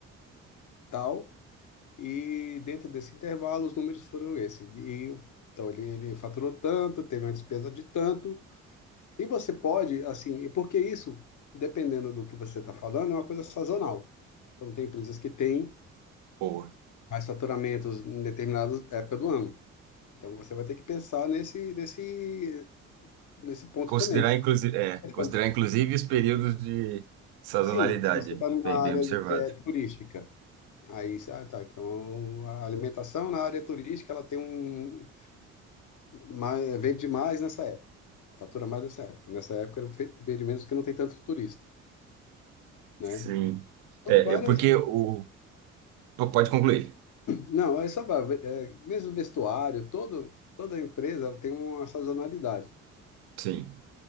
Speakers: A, on the left (about 50°); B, on the right (about 60°).
A: tal, e dentro desse intervalo, os números foram esse. E, então, ele, ele faturou tanto, teve uma despesa de tanto, e você pode, assim, e porque isso, dependendo do que você está falando, é uma coisa sazonal. Então, tem empresas que têm
B: Boa.
A: mais faturamentos em determinada época do ano. Então você vai ter que pensar nesse, nesse, nesse ponto
B: Considerar,
A: também.
B: inclusive, é,
A: Então,
B: considerar inclusive os períodos de sazonalidade,
A: sim, se você está numa
B: bem, bem
A: área
B: observado.
A: que é turística, aí ah, tá. Então a alimentação na área turística ela tem um mais, vende mais nessa época, fatura mais nessa época. Nessa época ela fe- vende menos porque não tem tanto turista, né?
B: Sim.
A: Então
B: É,
A: várias,
B: eu- porque o. P- Pode concluir.
A: não, é só vai- é, mesmo vestuário, todo, toda empresa ela tem uma sazonalidade,
B: Sim.